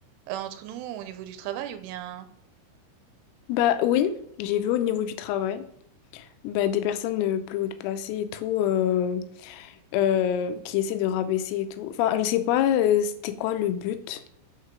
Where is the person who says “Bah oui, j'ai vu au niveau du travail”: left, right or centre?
Left